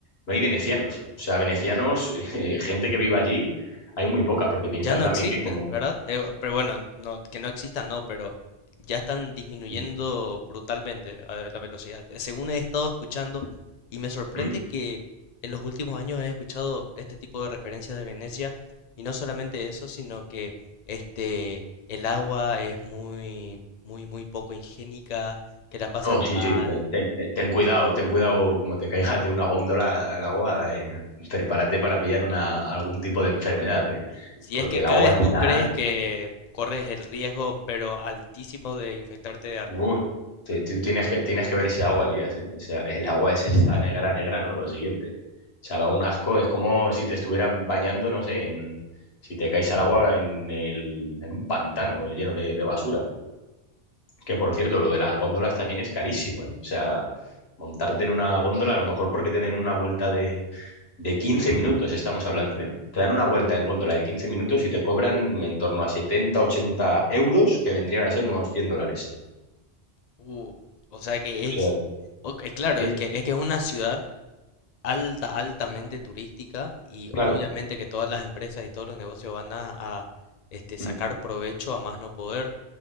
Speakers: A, on the left; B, on the left.
A: no hay venecianos. O sea, venecianos, <laughs> eh, gente que viva allí, hay muy poca, porque piensa
B: Ya no
A: también
B: existen,
A: que como...
B: ¿verdad? Eh, pero bueno, no, que no existan, no, pero ya están disminuyendo
A: ¿Mm?
B: brutalmente eh, la velocidad. Eh, Según he estado escuchando, y me sorprende
A: mm,
B: que en los últimos años he escuchado este tipo de referencias de Venecia, y no solamente eso, sino que este, el agua es muy, muy, muy poco higiénica, que la pasas
A: No, sí,
B: mal.
A: sí, te- te- te- ten cuidado, ten cuidado, como te caigas de una góndola al agua, eh, prepárate para pillar una, algún tipo de enfermedad, ¿eh?
B: Si
A: Porque
B: es que
A: el
B: caes,
A: agua está
B: tú crees que corres el riesgo, pero altísimo de infectarte de algo.
A: Uh, tú, tú tienes que, tienes que ver ese agua, Elías, ¿eh? O sea, el agua es esta negra, negra, ¿no? Lo siguiente. O sea, da un asco, es como si te estuvieran bañando, no sé, en, si te caes al agua en, el, en un pantano lleno de, de basura. Que por cierto, lo de las góndolas también es carísimo, ¿eh? O sea, montarte en una góndola, a lo mejor porque te den una vuelta de, de 15 minutos, estamos hablando, ¿eh? Te dan una vuelta en góndola de 15 minutos y te cobran en torno a 70 80 euros, que vendrían a ser unos 100 dólares.
B: Uh, o sea que
A: O
B: es,
A: sea,
B: ok, es claro,
A: eh,
B: es que es que es una ciudad alta, altamente turística y
A: claro,
B: obviamente que todas las empresas y todos los negocios van a, a, este, sacar
A: Mm.
B: provecho a más no poder.